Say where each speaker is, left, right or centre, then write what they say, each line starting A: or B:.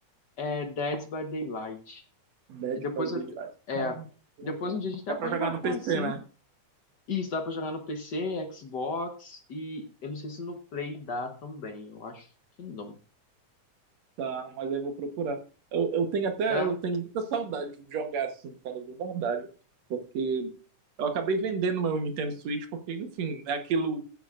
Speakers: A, on the left; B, on the right.
A: É Dead by Daylight.
B: Dead
A: E Depois,
B: by Daylight.
A: eu- é,
B: Cara, que
A: depois
B: legal.
A: um dia a gente até
B: Dá
A: pode
B: pra jogar
A: marcar,
B: no PC,
A: assim.
B: né?
A: Isso, dá pra jogar no PC, Xbox e eu não sei se no Play dá também. Eu acho que não.
B: Tá, mas aí eu vou procurar. Eu, eu tenho até,
A: É,
B: eu tenho muita saudade de jogar assim, cara, de verdade, porque eu acabei vendendo meu Nintendo Switch, porque, enfim, é aquilo